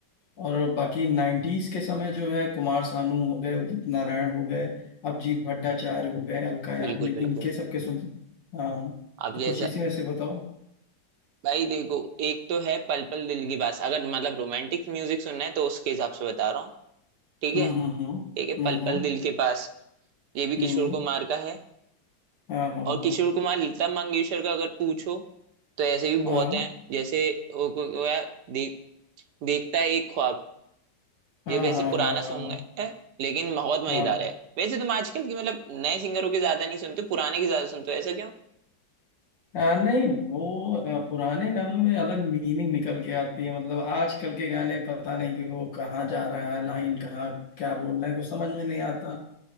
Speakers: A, on the left (about 85°); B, on the right (about 70°).
A: और बाकी नाइन्टीज के समय जो है कुमार सानू हो गए उदित नारायण हो गए अभिजीत भट्टाचार्य हो गए अलका याग्निक
B: बिल्कुल बिल्कुल
A: इनके सबके सुनता हूँ हाँ
B: अब
A: तो
B: जैसा
A: कुछ इसी में से बताओ
B: भाई देखो एक तो है पल पल दिल के पास अगर मतलब रोमांटिक म्यूजिक सुनना है तो उसके हिसाब से बता रहा हूँ ठीक
A: हम्म
B: है
A: हम्म हम्म
B: एक है पल
A: हम्म
B: पल दिल के पास ये भी किशोर
A: हम्म हम्म,
B: कुमार का है
A: हाँ हाँ
B: और किशोर कुमार लता मंगेशकर का अगर पूछो तो ऐसे भी बहुत
A: हाँ
B: हैं जैसे वो, वो, वो है, देख देखता है एक ख्वाब
A: हाँ
B: ये वैसे
A: हाँ
B: पुराना
A: हाँ हाँ हाँ हाँ
B: सॉन्ग
A: हाँ
B: है लेकिन बहुत मजेदार
A: हाँ,
B: है वैसे तुम आजकल की मतलब नए सिंगरों के ज्यादा नहीं सुनते पुराने के ज्यादा सुनते हो ऐसा क्यों
A: आ, नहीं वो आ, पुराने गानों में अलग मीनिंग निकल के आती है मतलब आजकल के गाने पता नहीं कि वो कहाँ जा रहा है लाइन कहाँ क्या बोल रहे हैं कुछ समझ में नहीं आता